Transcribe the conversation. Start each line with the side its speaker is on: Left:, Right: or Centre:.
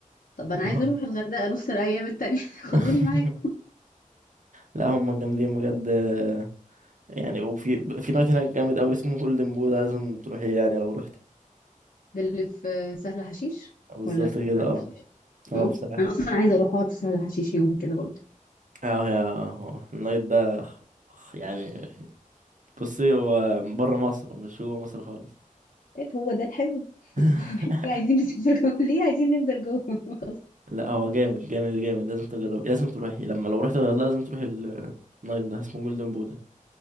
Left: طب انا عايزة
Right: آه.
Left: اروح الغردقة نص الايام التانية <laughs> خدوني
Right: <laughs>
Left: معاك
Right: لا هم جامدين بجد آه، يعني وفي في نايت هناك جامد قوي اسمه جولدن بو ده لازم تروحيه يعني لو رحتي
Left: ده اللي في سهل حشيش
Right: بالظبط
Left: ولا
Right: كده
Left: الغردقة.
Right: اه اه
Left: اه
Right: بصراحة
Left: انا اصلا عايزة اروح اقعد في سهل حشيش يوم كده برضه
Right: اه يا هو النايت ده خ- يعني بصي هو بره مصر مش هو مصر خالص
Left: طيب هو ده الحلو
Right: <laughs>
Left: ليه عايزين نسافر جوه <laughs> ليه عايزين نفضل جوه <laughs> بس
Right: لا هو جامد جامد جامد لازم تجربي لازم تروحي لما لو رحت الغردقة لازم تروحي ال- النايت ده اسمه جولدن بودا